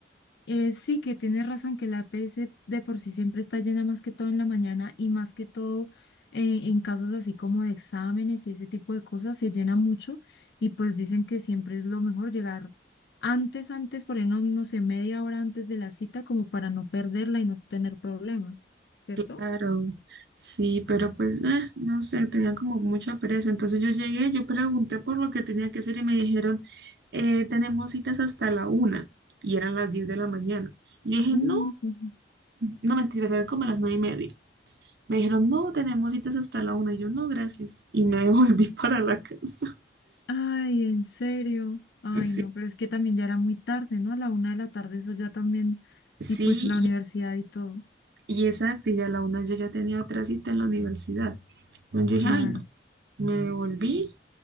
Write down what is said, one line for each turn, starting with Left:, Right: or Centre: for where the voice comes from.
Left: eh, sí que tienes razón que la EPS de por sí siempre está llena más que todo en la mañana y más que todo eh, en casos así como de exámenes y ese tipo de cosas se llena mucho y pues dicen que siempre es lo mejor llegar antes, antes, por ahí no, no sé, media hora antes de la cita como para no perderla y no tener problemas, ¿cierto?
Right: claro, sí, pero pues, eh, no sé, tenía como mucha pereza. Entonces yo llegué, yo pregunté por lo que tenía que hacer y me dijeron, eh, tenemos citas hasta la una y eran las 10 de la mañana. Y yo dije,
Left: Mm,
Right: no,
Left: ujú.
Right: no mentiras, eran como las nueve y media. Me dijeron, no, tenemos citas hasta la una. Y yo, no, gracias. Y me volví <laughs> para la casa.
Left: Ay, en serio. Ay,
Right: Sí,
Left: no, pero es que también ya era muy tarde, ¿no? A la una de la tarde, eso ya también.
Right: sí,
Left: Y pues la
Right: y,
Left: universidad y todo.
Right: Y exacto, y a la una yo ya tenía otra cita en la universidad. Entonces yo
Left: Claro.
Right: dije, ay, no. Me devolví